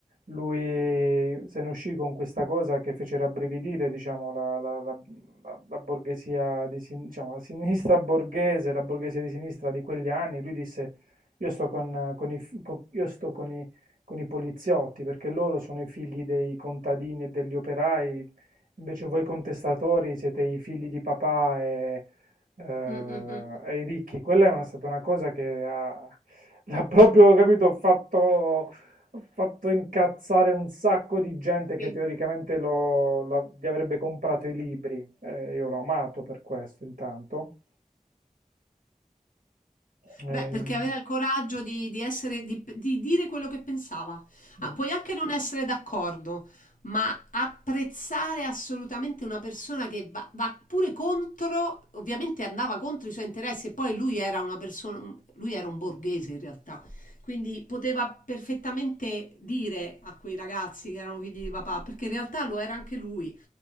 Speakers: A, on the right; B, on the left.
A: lui se ne uscì con questa cosa che fece rabbrividire, diciamo, la, la- la- la- la borghesia di sin- diciamo, la sinistra borghese, la borghesia di sinistra di quegli anni. Lui disse: Io sto con, con i, f- co- io sto con i- con i poliziotti perché loro sono i figli dei contadini e degli operai, invece voi contestatori siete i figli di papà e, eh,
B: Mm, mm, mm.
A: e i ricchi. Quella è una- stata una cosa che ha- <laughs> l'ha proprio, capito, fatto ho fatto incazzare un sacco di gente che
B: Sì.
A: teoricamente lo- la- gli avrebbe comprato i libri. Eh, io l'ho amato per questo, intanto. Eh,
B: Beh, perché aveva il coraggio di, di essere, di, di dire quello che pensava. Ah,
A: mm,
B: puoi anche non essere d'accordo, ma apprezzare assolutamente una persona che va, va pure contro, ovviamente andava contro i suoi interessi e poi lui era una persona, lui era un borghese in realtà, quindi poteva perfettamente dire a quei ragazzi che erano figli di papà, perché in realtà lo era anche lui,